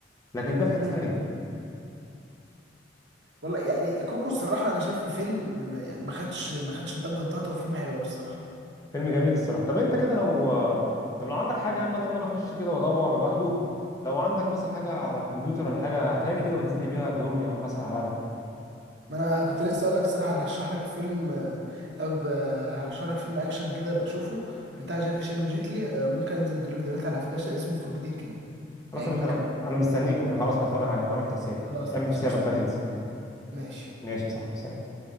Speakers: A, on the left; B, on the right.
A: لكن ده في حته
B: مم.
A: تانيه
B: والله يعني كوكو الصراحه انا شايفه فيلم ما ما خدش ما خدش الضجه بتاعته هو فيلم حلو قوي الصراحه
A: فيلم جميل الصراحه طب انت كده لو طب لو عندك حاجه يعني بدل ما انا اخش كده وادور واتوه لو عندك مثلا حاجه على الكمبيوتر ولا حاجه هاتها لي كده وانزل لي بيها ادهم لي يا عم اسهل عليا
B: ما انا كنت لسه اقول لك الصراحه هرشح لك فيلم طب آه، هرشح لك فيلم اكشن كده بشوفه بتاع جاكي شان وجيتلي آه، ممكن انزل لك دلوقتي على فلاشه اسمه فوربيدن كينجدوم
A: خلاص
B: هيعجبك
A: يا باشا انا
B: قوي
A: انا مستنيك خلاص انا هتفرج عليه انا عملت حسابي
B: خلاص
A: اعمل
B: ماشي
A: حسابك
B: قشطه
A: بقى تنزل
B: ماشي
A: ماشي يا صاحبي سلام